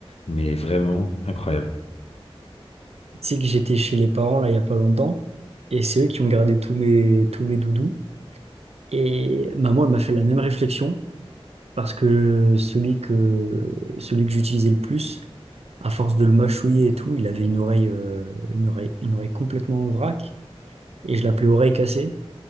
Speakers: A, on the left; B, on the right.
A: Mais vraiment incroyable.
B: Tu sais que j'étais chez les parents là il y a pas longtemps et c'est eux qui ont gardé tous mes tous mes doudous et maman elle m'a fait la même réflexion parce que celui que celui que j'utilisais le plus à force de le mâchouiller et tout il avait une oreille euh, une oreille une oreille complètement en vrac et je l'appelais oreille cassée